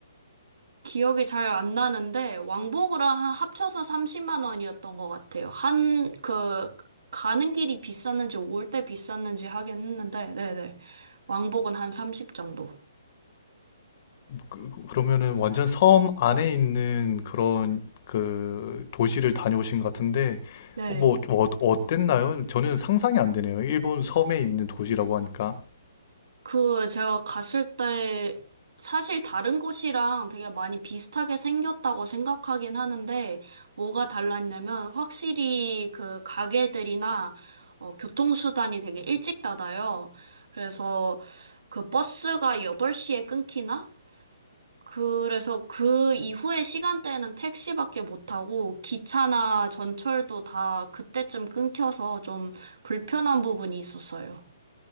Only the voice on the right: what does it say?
기억이 잘 안 나는데 왕복으로 한 합쳐서 30만 원이었던 것 같아요. 한 그 가는 길이 비쌌는지 올 때 비쌌는지 하긴 했는데 네네 왕복은 한 30 정도.
네.
그 제가 갔을 때 사실 다른 곳이랑 되게 많이 비슷하게 생겼다고 생각하긴 하는데 뭐가 달랐냐면 확실히 그 가게들이나 어, 교통수단이 되게 일찍 닫아요. 그래서 그 버스가 8시에 끊기나? 그래서 그 이후의 시간대에는 택시밖에 못 타고 기차나 전철도 다 그때쯤 끊겨서 좀 불편한 부분이 있었어요.